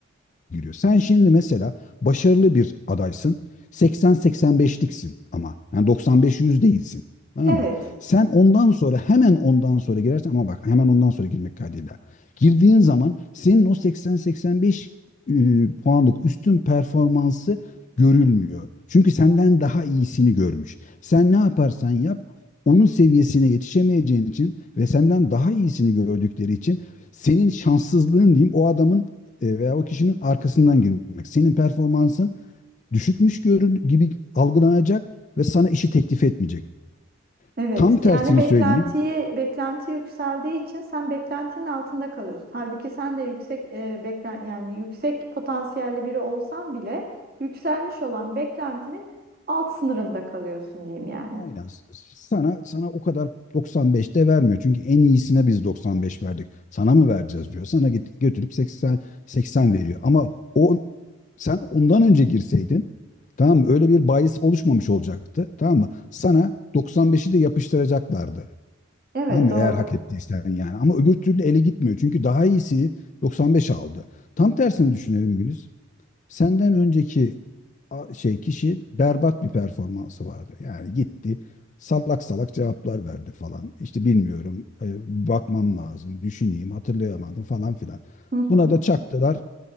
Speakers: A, on the left; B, on the right.
A: giriyor. Sen şimdi mesela başarılı bir adaysın. 80-85'liksin ama. Yani 95 yüz değilsin. Tamam
B: Evet.
A: mı? Sen ondan sonra hemen ondan sonra girersen ama bak hemen ondan sonra girmek kaydıyla. Girdiğin zaman senin o 80-85 e, puanlık üstün performansı görülmüyor. Çünkü senden daha iyisini görmüş. Sen ne yaparsan yap onun seviyesine yetişemeyeceğin için ve senden daha iyisini gördükleri için senin şanssızlığın diyeyim o adamın e, veya o kişinin arkasından girmek. Senin performansın düşükmüş görün gibi algılanacak ve sana işi teklif etmeyecek.
B: Evet.
A: Tam tersini
B: Yani beklentiyi
A: söyleyeyim.
B: beklenti yükseldiği için sen beklentinin altında kalıyorsun. Halbuki sen de yüksek e, beklen yani yüksek potansiyelli biri olsan bile yükselmiş olan beklentinin alt sınırında kalıyorsun diyeyim yani.
A: Aynen. Sana sana o kadar 95'te vermiyor. Çünkü en iyisine biz 95 verdik. Sana mı vereceğiz diyor. Sana get- götürüp 80 80 veriyor. Ama o sen ondan önce girseydin tamam mı? Öyle bir bias oluşmamış olacaktı. Tamam mı? Sana 95'i de yapıştıracaklardı.
B: Evet
A: Tamam mı?
B: doğru.
A: Eğer hak ettiysen yani. Ama öbür türlü ele gitmiyor. Çünkü daha iyisi 95 aldı. Tam tersini düşünelim Güliz. Senden önceki a- şey kişi berbat bir performansı vardı. Yani gitti salak salak cevaplar verdi falan. İşte bilmiyorum, e, bakmam lazım, düşüneyim, hatırlayamadım falan filan.
B: Hı
A: Buna
B: hı.
A: da çaktılar